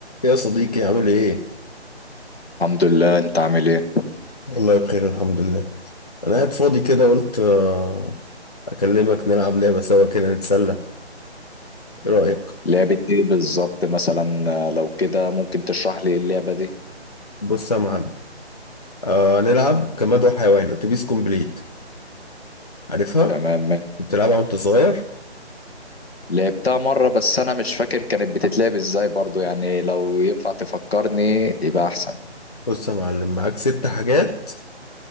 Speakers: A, on the left; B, on the left.
A: يا صديقي عامل ايه؟
B: الحمد لله انت عامل ايه
A: والله بخير الحمد لله انا قاعد فاضي كده قلت آه، اكلمك نلعب لعبة سوا كده نتسلى ايه رأيك؟
B: لعبة ايه بالظبط مثلا آه، لو كده ممكن تشرح لي اللعبة دي
A: بص يا معلم آه نلعب جماد وحيوان اتوبيس كومبليت عارفها؟
B: تمام
A: بتلعبها وانت صغير؟
B: لعبتها مرة بس انا مش فاكر كانت بتتلعب ازاي برضو يعني لو ينفع تفكرني يبقى احسن
A: بص يا معلم معاك ست حاجات